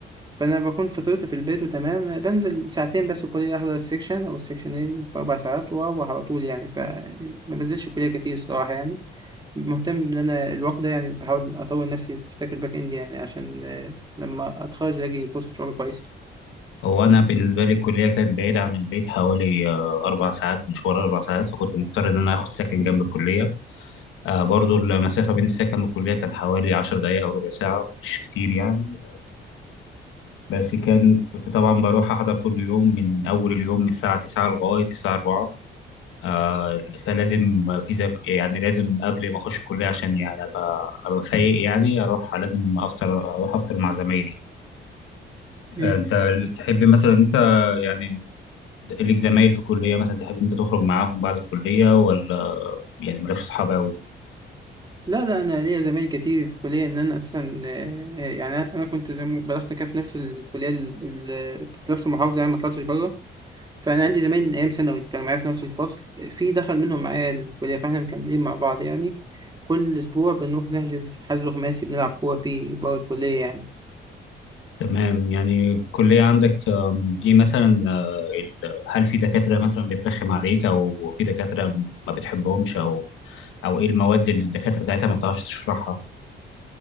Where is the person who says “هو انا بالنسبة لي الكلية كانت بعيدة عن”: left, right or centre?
Left